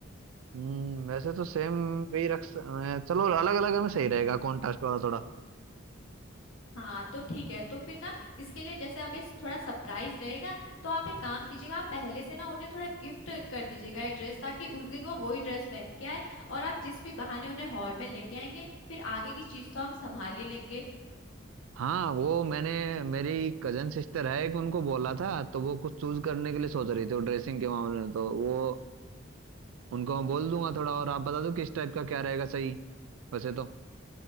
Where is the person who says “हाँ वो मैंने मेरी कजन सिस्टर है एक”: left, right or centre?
Right